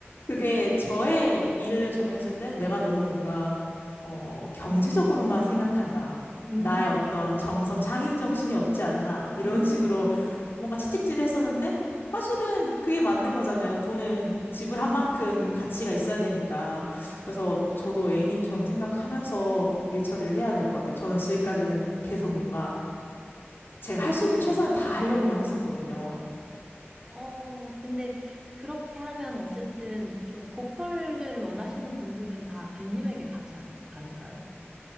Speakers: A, on the left; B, on the right.
A: 그게 저의 일을 적용했을 때 내가 너무 뭔가, 어, 경제적으로만 생각한다.
B: 음,
A: 나의 어떤 정성, 장인 정신이 없지 않나. 이런
B: 음,
A: 식으로 뭔가 채찍질을 했었는데, 사실은 그게 맞는 거잖아요. 돈은 지불한
B: 그죠.
A: 만큼 가치가 있어야 되니까.
B: 맞아요.
A: 그래서 저도 A님처럼 생각하면서 일 처리를 해야 될 것 같아요. 저는 지금까지는 계속 뭔가 제가 할 수 있는 최선을 다 하려고만 했었거든요.
B: 어, 근데 그렇게 하면 어쨌든 좀 고퀄을 원하시는 분들은 다 빈님에게 가지 아- 않을까요?